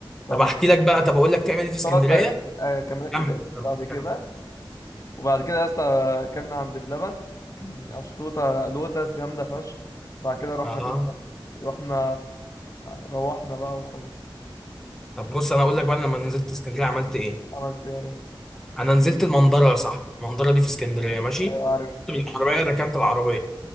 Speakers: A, on the left (about 40°); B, in the centre.
A: بعد
B: طب احكي
A: كده
B: لك بقى طب اقول لك تعمل ايه في اسكندريه
A: بس أ- اكملك
B: كمل
A: للاخر
B: كمل
A: بعد كده
B: كمل
A: وبعد كده يا اسطى اكلنا عند بلبن كان اشطوطه لوتس جامده فشخ بعد كده رحنا
B: اه
A: فين رحنا روحنا بقى وخلاص
B: طب بص انا اقول لك بقى أنا لما نزلت اسكندريه عملت ايه
A: عملت إيه يا ريس
B: انا نزلت المنظره يا صاحبي المنظره دي في اسكندريه ماشي
A: ايوه عارف
B: كنت بالعربيه ركنت العربيه